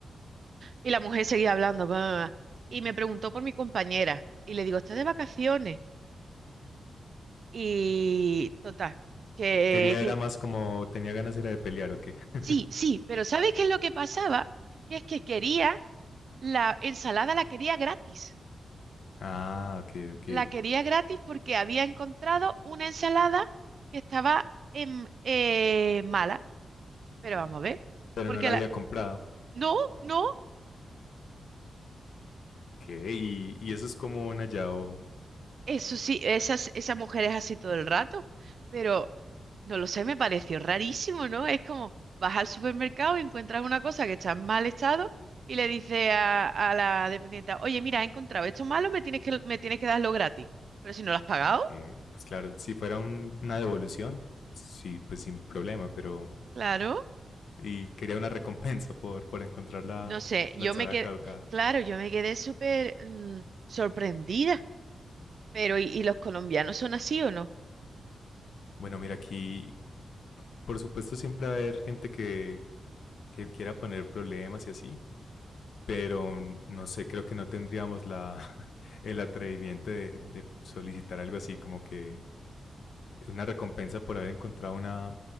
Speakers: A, on the right (about 60°); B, on the left (about 70°).
A: Y la mujer seguía hablando, va, y me preguntó por mi compañera. Y le digo, ¿estás de vacaciones? Y total, que,
B: Quería,
A: que
B: era más como, tenía ganas era de pelear, ¿o qué? <laughs>
A: sí, sí, pero ¿sabes qué es lo que pasaba? Que es que quería la ensalada, la quería gratis.
B: Ah, ok, ok.
A: la quería gratis porque había encontrado una ensalada que estaba en- eh, mala. Pero vamos a ver.
B: Pero
A: Porque
B: no la
A: la...
B: había comprado.
A: No, no.
B: ¿Qué? Y, y eso es como un hallado.
A: Eso sí, esas, esa mujer es así todo el rato. Pero, no lo sé, me pareció rarísimo, ¿no? Es como vas al supermercado y encuentras una cosa que está en mal estado y le dices a, a la dependienta, oye, mira, he encontrado esto malo, me tienes que, me tienes que darlo gratis. Pero si no lo has pagado,
B: ¿Qué? Pues claro, si fuera un- una devolución, sí, pues sin problema, pero...
A: claro.
B: Y quería una <laughs> recompensa por, por encontrar la,
A: No sé, yo
B: la ensalada
A: me quedé,
B: caducada.
A: claro, yo me quedé súper mm, sorprendida, pero ¿y, y los colombianos son así o no?
B: Bueno, mira, aquí, por supuesto, siempre va a haber gente que, que quiera poner problemas y así. Pero no sé, creo que no tendríamos la, <laughs> el atrevimiento de, de solicitar algo así, como que una recompensa por haber encontrado una,